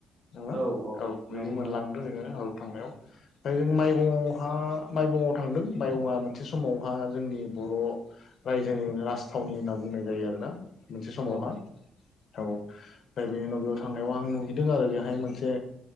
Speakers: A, on the left; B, on the right.
A: नोङो
B: औ नंगौ औ
A: औ बै
B: नंगौ
A: मोनलांदो
B: नंगौ
A: नोङो औ थांनायाव ओमफ्राय जों माइबङआवहा माइबङआव थांदों माइबङआ मोनसे समावहा जोंनि बर' रायजोनि राजथावनि होनना बुंनाय जायो आरो ना मोनसे समावहा
B: औ
A: औ ओमफ्राय बेनि उनाव थांनायाव आं नुहैदों आरो बेहाय मोनसे